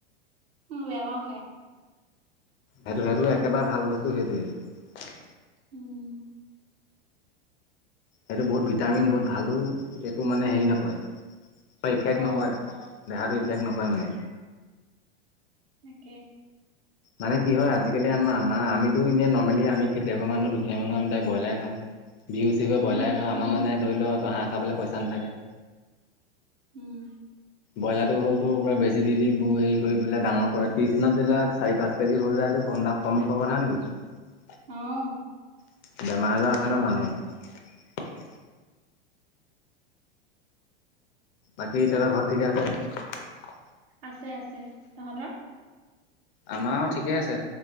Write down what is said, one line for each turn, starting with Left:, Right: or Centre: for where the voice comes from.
Right: মো বেয়া পাওঁ খাই।
Left: হেইটো হেইটো একেবাৰে ভাল বস্তু হেইটেৱেই।
Right: উম।
Left: সেইটো বহুত ভিটামিন, বহুত ভালো একো মানে হেৰি নকৰে। ইফেক্ট
Right: অ,
Left: নকৰে, দেহাটোৰ ইফেক্ট নকৰে মানে।
Right: তাকে।
Left: মানে কি হয় আজিকালি আমাৰ আমাৰ আমিতো এনেই নৰ্মেলি আমি খেতিয়কৰ মানুহ, দুখীয়া মানুহ আমি তাই ব্ৰইলাৰ খাওঁ। বিহু চিহুৱে
Right: উম,
Left: ব্ৰইলাৰ খাওঁ। আমাৰ মানে ধৰি লওঁ তোৰ হাঁহ খাবলৈ পইচা নাথাকে।
Right: উম।
Left: ব্ৰইলাৰটো হ'ল তোৰ পোৰা বেজী দি দি হেৰি কৰি পেলাই ডাঙৰ কৰে, ত্ৰিছদিনত চাৰি পাঁচ কেজি হ'ল যা কম দাম কম খবৰ হয়া নেকি।
Right: অ'।
Left: বেমাৰ আজাৰ হয় ন' মানুহ বাকী তহঁতৰ ঘৰত ঠিকে আছে?
Right: আছে আছে। তহঁতৰ?
Left: আমাৰো ঠিকেই আছে।